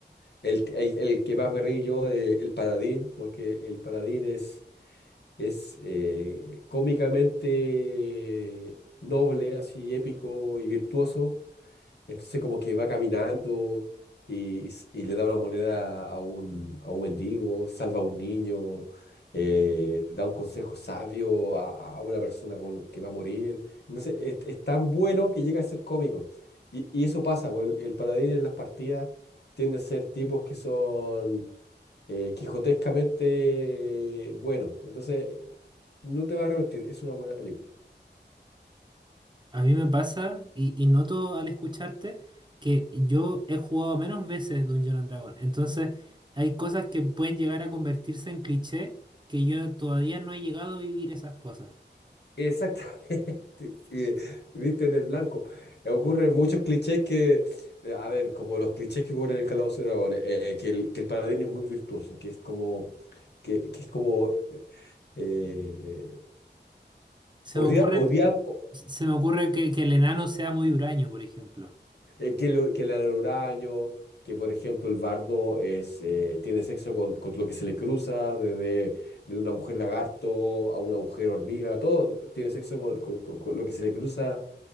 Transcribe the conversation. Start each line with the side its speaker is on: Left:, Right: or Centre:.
Left: El, el, el que más me río yo, eh, el paladín, porque el paladín es, es eh, cómicamente noble, así épico y virtuoso entonces como que va caminando y, y le da una moneda a un, a un mendigo, salva a un niño, eh, da un consejo sabio a, a una persona con, que va a morir. Entonces es, es tan bueno que llega a ser cómico. Y, y eso pasa, pues el, el paladín en las partidas tiende a ser tipos que son eh, quijotescamente buenos. Entonces eh, no te vas a arrepentir, es una buena película.
Right: A mí me pasa, y, y noto al escucharte, que yo he jugado menos veces Dungeon and Dragon. Entonces, hay cosas que pueden llegar a convertirse en cliché que yo todavía no he llegado a vivir esas cosas.
Left: Exactamente, <laughs> que diste en el blanco. Eh, Ocurren muchos clichés que, eh, a ver, como los clichés que ocurren en el Calabozo de Dragones, eh, eh, que el, que el paladín es muy virtuoso, que es como, que, que es como, eh,
Right: Se me
Left: odia,
Right: ocurre,
Left: odia- o-
Right: se me ocurre que, que el enano sea muy huraño, por ejemplo.
Left: eh, que, lo- que le dan uraño, que por ejemplo el bardo es, eh, tiene sexo con, con lo que se le cruza, desde de una mujer lagarto a una mujer hormiga, todo tiene sexo con, con con- con lo que se le cruza.